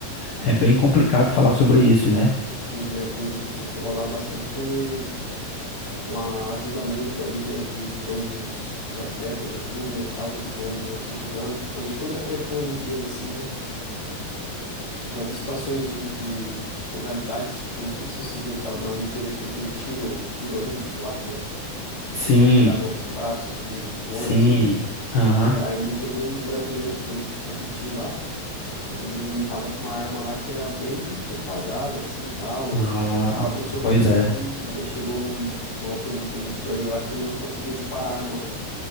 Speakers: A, on the left; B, on the left.
A: é bem complicado falar sobre isso, né?
B: Sim, né, tem, tem que rolar bastante um, uma ajuda mútua ali, né, entre todos os, os atletas ali, né, e tal, eles vão, vão se ajudando, principalmente quando é para ir para uma Olimpíada assim, né, Já vi situações de, de modalidades, tipo, não sei se você viu aquela na Olimpíada que tem aquele tiro, tiro olímpico lá, que eles
A: Sim,
B: têm que atirar nos pratos que vem voando,
A: sim.
B: assim.
A: Aham.
B: É, aí teve um, um brasileiro que foi competir lá, ele tava com uma arma lá que era bem defasada, assim, tal,
A: Ah,
B: não tava funcionando
A: pois
B: direito,
A: é.
B: daí chegou num- numa altura do, do torneio lá que ele não conseguia disparar a arma mais.